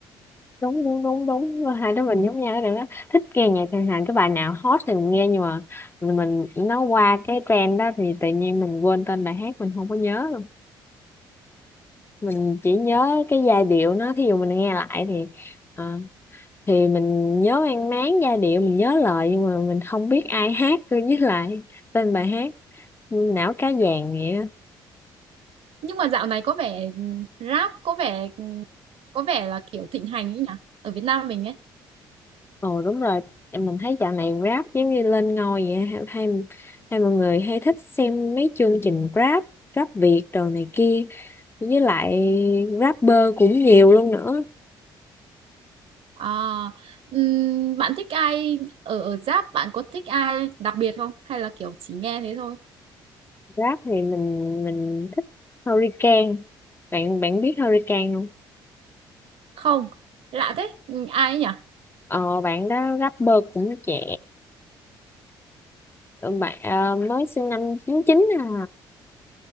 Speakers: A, on the left (about 20°); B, on the right (about 60°).
A: đúng đúng đúng đúng hai đứa mình giống nhau cái điểm đó thích nghe nhạc Trần Thành cái bài nào hot thì mình nghe nhưng mà mình nó qua cái trend đó thì tự nhiên mình quên tên bài hát mình không có nhớ luôn mình chỉ nhớ cái giai điệu nó thí dụ mình nghe lại thì ờ, thì mình nhớ mang máng giai điệu mình nhớ lời nhưng mà mình không biết ai hát với lại tên bài hát não cá vàng vậy
B: nhưng mà dạo này có vẻ ừ, rap có vẻ có vẻ là kiểu thịnh hành ấy nhỉ ở Việt Nam mình ấy
A: Ồ đúng rồi, em- mình thấy dạo này rap giống như lên ngôi vậy hay, hay, hay mọi người hay thích xem mấy chương trình rap, rap Việt đồ này kia với lại rapper cũng nhiều luôn nữa.
B: à, ừm, bạn thích ai ở ở rap bạn có thích ai đặc biệt không hay là kiểu chỉ nghe thế thôi
A: Rap thì mình mình thích Hurricane. Bạn bạn biết Hurricane không?
B: không lạ thế Ừm, ai ấy nhỉ
A: Ờ bạn đó rapper cũng trẻ, bạn ờ, mới sinh năm chín chín à.